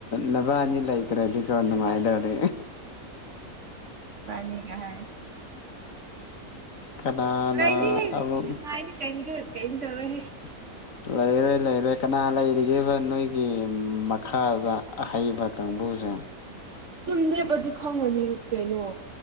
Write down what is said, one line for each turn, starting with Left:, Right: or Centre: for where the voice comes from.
Left: ꯅꯕꯥꯅꯤ ꯂꯩꯇ꯭ꯔꯗꯤꯀꯣ ꯅꯨꯡꯉꯥꯏꯗꯧꯅꯤ꯫
Right: ꯇꯥꯅꯤꯡꯉꯦ ꯍꯥꯏꯅꯤ꯫
Left: ꯀꯅꯥꯅ
Right: ꯂꯩꯅꯤꯍꯦ ꯅꯨꯡꯉꯥꯏꯅꯤ
Left: ꯑꯃꯨꯛ
Right: ꯀꯩꯝꯒ ꯀꯩꯝꯇꯧꯔꯣꯏꯍꯦ꯫
Left: <inaudible> ꯂꯩꯔꯦ ꯂꯩꯔꯦ ꯀꯅꯥ ꯂꯩꯔꯤꯒꯦꯕ ꯅꯣꯏꯒꯤ ꯃꯈꯥꯗ ꯑꯍꯩꯕ ꯀꯥꯡꯕꯨꯁꯦ꯫
Right: ꯑꯗꯨꯨꯝ ꯂꯦꯄꯔꯗꯤ ꯈꯪꯉꯅꯤ ꯀꯩꯅꯣ꯫